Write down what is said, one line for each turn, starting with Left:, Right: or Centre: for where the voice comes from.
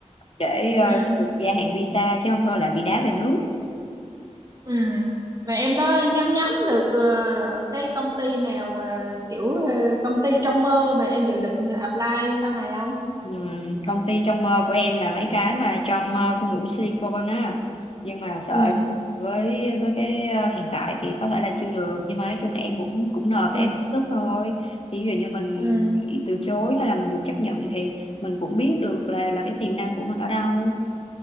Left: để ờ,
Right: ừ
Left: được gia hạn visa chứ không thôi lại bị đá về nước.
Right: Ừ. Mà em có nhắm nhắm được ờ, cái công ty nào ờ, kiểu ờ, công ty trong mơ mà em dự định apply sau này không?
Left: Ừm, công ty trong mơ của em là mấy cái mà trong ờ, thung lũng Silicon á nhưng mà sợ
Right: Ừ.
Left: với với cái ờ, hiện tại thì có thể là chưa được nhưng mà nói chung là em cũng cũng nộp
Right: Ừ.
Left: để em thử sức thôi thì ví dụ như mình
Right: Ừ.
Left: bị từ chối hay là mình được chấp nhận thì mình cũng biết được là là cái tiềm năng của mình ở đâu